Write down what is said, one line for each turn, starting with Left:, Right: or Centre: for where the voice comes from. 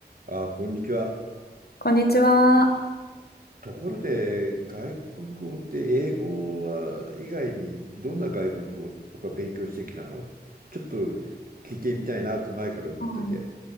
Right: あ、こんにちは。
Left: こんにちは。
Right: ところで、外国語って英語は以外にどんな外国語とか勉強してきたのちょっと聞いてみたいなと前から思ってて。
Left: はい。